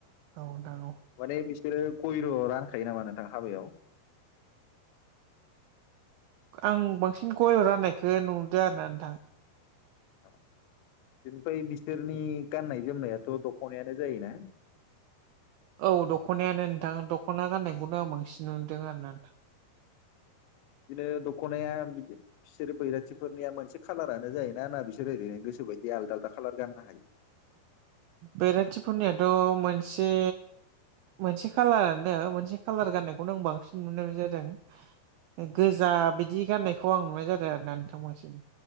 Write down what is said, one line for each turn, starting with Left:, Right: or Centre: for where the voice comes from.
Right: औ नोंथां औ।
Left: माने बिसोरो गयल रानखायो नामा नोंथां हाबायाव?
Right: आं बांसिन गयल' राननायखो नुदों आरोना नोंथां।
Left: अ बेनिफाय बिसोरनि गाननाय जोमनायाथ' दख'नायानो जायोना?
Right: औ दख'नायानो नोंथां दख'ना गाननायखौनो आं बांसिन नुदों आरो ना नोंथां।
Left: बिदिनो दखनाया बिदि बिसोरो बैराथिफोरनिया मोनसे खालारानो जायोना होनना बिसोर ओरैनो गोसो बायदि आलदा आलदा खालार गाननो हायो?
Right: बेराथि फोरनियाथ' मोनसे मोनसे खालारानो मोनसे कालार गाननायखौनो आं बांसिन नुनाय बायदि जादों। गोजा बिदि गाननायखौ आं नुनाय जादों आरो ना नोंथां बांसिन।